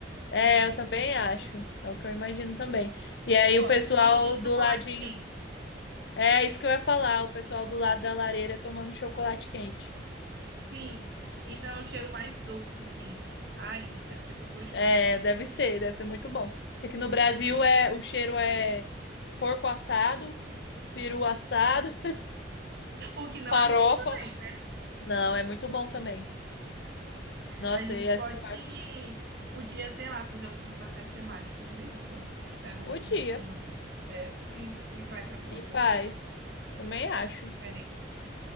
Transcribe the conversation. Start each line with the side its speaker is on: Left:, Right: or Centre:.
Left: É,
Right: pra mim.
Left: eu também acho. É o que eu imagino também. E aí
Right: Eu gosto.
Left: o pessoal
Right: E
Left: do
Right: chocolate
Left: ladinho.
Right: quente.
Left: É isso que eu ia falar, o pessoal do lado da lareira tomando chocolate quente.
Right: Sim. Então é um cheiro mais doce, assim. Ai, deve ser gostoso demais.
Left: É, deve ser, deve ser muito bom. Porque aqui no Brasil é, o cheiro é porco assado, peru assado, <laughs>
Right: O que não
Left: farofa.
Right: é ruim também, né?
Left: Não, é muito bom também. Nossa,
Right: A gente
Left: e essa
Right: pode,
Left: conversa
Right: podia, sei lá, fazer uns natais temáticos de vez em quando. A gente pega
Left: podia.
Right: um- uma cultura dessas e, e faz alguma
Left: E faz.
Right: coisa
Left: Também acho.
Right: diferente.